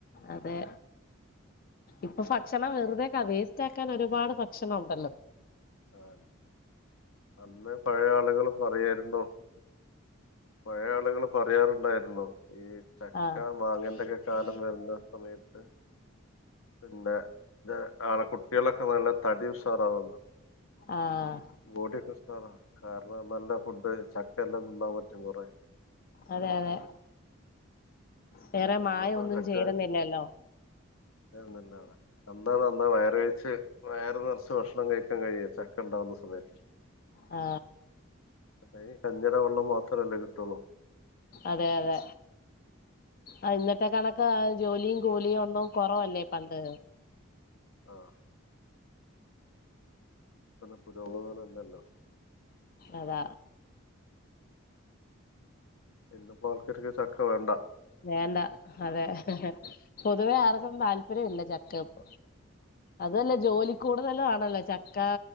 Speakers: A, on the left; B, on the left.
A: അതെ ഇപ്പൊ ഭക്ഷണം വെറുതെയക്കാ വേസ്റ്റ് ആക്കാൻ ഒരുപാട് ഭക്ഷണം ഉണ്ടല്ലോ
B: ആ അന്ന് പയ്യെ ആളുകൾ പറയരുന്നു പഴയ ആളുകൾ പറയാറുണ്ടായിരുന്നു ഈ ചക്ക
A: ആഹ്
B: മാങ്ങെണ്ടൊക്കെ കാലം വരുന്ന സമയത്ത് പിന്നെഞ ആള കുട്ടികളൊക്കെ നല്ല തടി ഉശാറാവെന്ന
A: ആഹ്
B: ബോഡി ഒക്കെ ഉഷാറ കാരണം നല്ല ഫുഡ് ചക്ക എല്ലാം തിന്നാൻ പറ്റും കൊറെ
A: അതെ അതെ വേറെ മായം
B: ഇന്നിപ്പോ
A: ഒന്നും
B: ആ ചക്ക
A: ചേരുന്നില്ലല്ലോ.
B: ആർക്കും <unintelligible> അന്നാണ് അന്നാ വയറ് കഴിച്ച് വയറ് നിറച്ച് ഭക്ഷണം കഴിക്കാൻ കഴിയ ചക്ക ഉണ്ടാവുന്ന സമയത്ത്
A: ആ
B: അല്ലേൽ കഞ്ഞിടെ വെള്ളം മാത്രമല്ലേ കിട്ടുള്ളൂ
A: അതെ അതെ ആ ഇന്നത്തെ കണക്ക് ജോലിയും കൂലിയും ഒന്നും കുറവല്ലേ പണ്ട്
B: ആഹ് <unintelligible> പുരോഗമനം ഇല്ലല്ലോ
A: അതാ
B: ഇന്ന്പ്പോ ആൾക്കാർക്ക് ചക്ക വേണ്ട
A: വേണ്ട അതെ പൊതുവേ ആർക്കും താല്പര്യം ഇല്ല ചക്കപ് അതല്ല ജോലി കൂടുതലും ആണല്ലോ ചക്ക